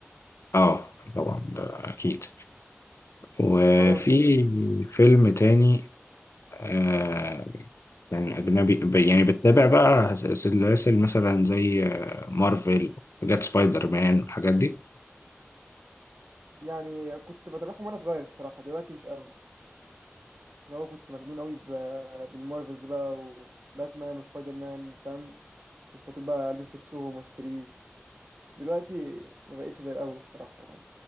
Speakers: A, on the left; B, on the right.
A: اه طبعا ده اكيد وفي
B: خلاص
A: فيلم تاني آه يعني اجنبي ب- يعني بتتابع بقى سلاسل مثلا زي آه، مارفل حاجات سبايدر مان والحاجات دي
B: يعني كنت بتابعهم وانا صغير الصراحة دلوقتي مش قوي اللي هو كنت مجنون قوي ب- بالمارفلز بقى وباتمان وسبايدر مان فاهم كنت طول بقى البس لبسهم واشتريه بس دلوقتي ما بقتش زي الاول الصراحه يعني